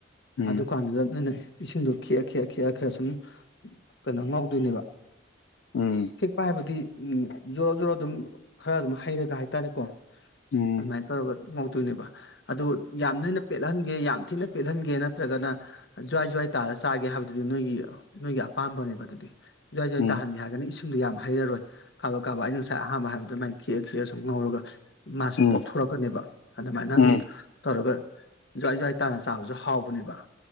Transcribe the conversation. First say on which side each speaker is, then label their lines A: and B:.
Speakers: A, on the left; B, on the left.
A: ꯎꯝ
B: ꯑꯗꯨꯀꯥꯟꯗꯨꯗ ꯅꯅꯦ ꯏꯁꯤꯡꯗꯣ ꯈꯤꯦꯛꯑ ꯈꯦꯦꯛꯑ ꯈꯦꯦꯛꯑ ꯈꯦꯑ ꯁꯁꯨꯝ ꯀꯩꯅꯣ ꯉꯧꯗꯣꯏꯅꯦꯕ
A: ꯎꯝ
B: ꯦꯛꯄ ꯍꯥꯏꯕꯗꯤ ꯎ ꯖꯣꯔꯣ ꯖꯣꯔꯣ ꯑꯗꯨꯝ ꯈꯔ ꯑꯗꯨꯝ ꯍꯩꯔꯒ ꯍꯥꯏꯇꯥꯔꯦꯀꯣ
A: ꯎꯝ
B: ꯑꯗꯨꯃꯥꯏꯅ ꯇꯧꯔꯒ ꯉꯧꯗꯣꯏꯅꯦꯕ ꯑꯗꯨ ꯌꯥꯝ ꯅꯣꯏꯅ ꯄꯦꯜꯠꯍꯟꯒꯦ ꯌꯥꯝ ꯊꯤꯅ ꯄꯦꯠꯍꯟꯒꯦ ꯅꯠꯇ꯭ꯔꯒꯅ ꯖ꯭ꯋꯥꯏ ꯖ꯭ꯋꯥꯏ ꯇꯥꯔ ꯆꯥꯒꯦ ꯍꯥꯏꯕꯗꯨꯗꯤ ꯅꯣꯏꯒꯤ ꯅꯣꯏꯒꯤ ꯑꯄꯥꯝꯕꯅꯦꯕ ꯑꯗꯨꯗꯤ ꯖ꯭ꯋꯥꯏ ꯖ꯭ꯋꯥ
A: ꯎꯝ
B: ꯇꯥꯟꯒꯦ ꯍꯥꯏꯔꯒꯅ ꯏꯁꯤꯡꯗꯣ ꯌꯥꯝ ꯍꯩꯔꯔꯣꯏ ꯀꯥꯕ ꯀꯥꯕ ꯑꯩ ꯉꯁꯥꯏ ꯑꯍꯥꯟꯕ ꯍꯥꯏꯕꯗꯨ ꯃꯥꯏꯈ ꯈ ꯁꯉꯔꯒ ꯃꯥꯁꯨ
A: ꯎꯝ
B: ꯄꯣꯛꯊꯣꯔꯛꯀꯅꯦꯕ ꯑꯗꯨꯃꯥꯏꯅ
A: ꯎꯝ
B: ꯑꯗꯨꯝ ꯇꯧꯔꯒ ꯖ꯭ꯋꯥꯏ ꯖ꯭ꯋꯥꯏ ꯇꯥꯅ ꯆꯥꯕꯁꯨ ꯍꯥꯎꯕꯅꯦꯕ